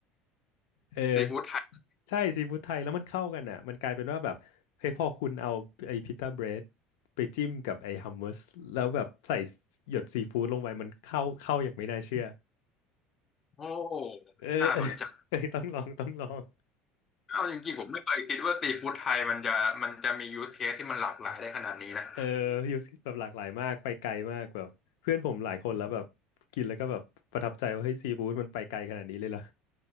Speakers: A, on the left; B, on the left.
A: เออ
B: ซีฟู้ดไทย
A: ใช่ซีฟู้ดไทยแล้วมันเข้ากันอะมันกลายเป็นว่าแบบเฮ้ยพอคุณเอาไอ้พิต้าเบรดไปจิ้มกับไอ้ฮัมมัสแล้วแบบใส่หยดซีฟู้ดลงไปมันเข้าเข้าอย่างไม่น่าเชื่อ
B: โอ้
A: เออเออเออต้องลองต้องลอง
B: น่าสนใจเอาจริงๆผมไม่เคยคิดว่าซีฟู้ดไทยมันจะมันจะมียูสเคสที่มันหลากหลายได้ขนาดนี้นะ
A: เออยู่แบบหลากหลายมาก ไปไกลมากแบบเพื่อนผมหลายคนแล้วแบบกินแล้วก็แบบประทับใจว่าเฮ้ยซีฟู้ดมันไปไกลขนาดนี้เลยเหรอ